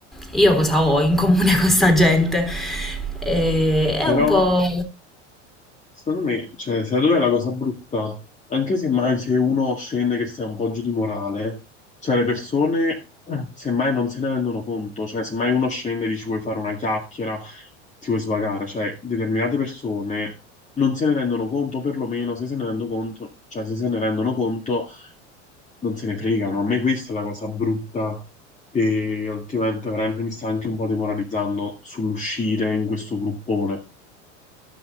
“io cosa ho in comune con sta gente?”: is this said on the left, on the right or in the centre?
Centre